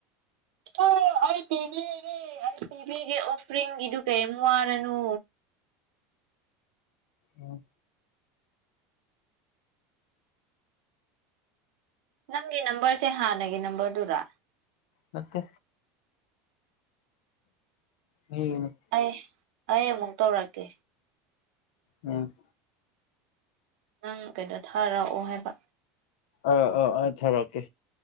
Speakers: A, on the right; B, on the left.
A: ꯑꯣ ꯑꯩ ꯄꯤꯕꯤꯒꯦ ꯑꯩ ꯄꯤꯕꯤꯒꯦ ꯑꯣꯐꯔꯤꯡꯒꯤꯗꯨ ꯀꯦꯝ ꯋꯥꯔꯅꯨ
B: ꯎ
A: ꯅꯪꯒꯤ ꯅꯝꯕꯔꯁꯦ ꯍꯥꯟꯅꯒꯤ ꯅꯝꯕꯔꯗꯨꯔꯥ꯫
B: ꯅꯠꯇꯦ꯫ ꯎꯝ꯫
A: ꯑꯩ ꯑꯩ ꯑꯃꯨꯛ ꯇꯧꯔꯛꯀꯦ꯫
B: ꯎꯝ꯫
A: ꯅꯪ ꯀꯩꯅꯣ ꯊꯥꯔꯛꯑꯣ ꯍꯥꯏꯕ꯫
B: ꯑ ꯑ ꯑꯧ ꯊꯔꯛꯀꯦ꯫